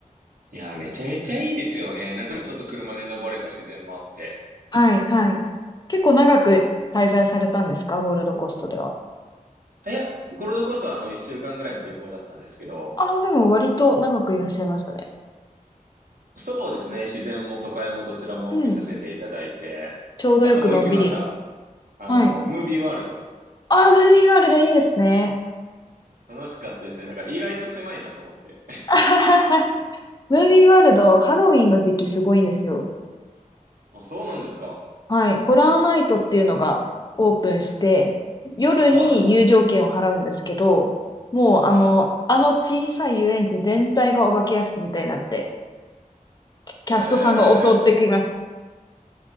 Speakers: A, on the right; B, on the left.
A: いやーめちゃめちゃいいですよね。なんかちょっと車で登れば自然もあって。
B: はい、はい。結構長く滞在されたんですか、ゴールドコーストでは。
A: あ、いや、ゴールドコーストはあの、一週間ぐらいの旅行だったんですけど、
B: ああ、でも割と長くいらっしゃいましたね。
A: そうですね。自然も都会もどちらも見させていただいて、
B: うん。ちょうどよくのんびり。
A: あそこ行きました。あの、
B: はい。
A: ムービーワールド。
B: ああ、ムービーワールドいいですね。
A: 楽しかったですね。なんか意外と狭いなと思って。
B: <laughs> あはははムービーワールド、ハロウィンの時期すごいんですよ。
A: <laughs> あ、そうなんですか。
B: はい。ホラーナイトっていうのがオープンして、夜に入場券を払うんですけど、
A: は
B: もうあの、
A: い。は
B: あの小さい遊園地全体がお化け屋敷みたいになって、キャストさんが襲ってきます。
A: い。えー。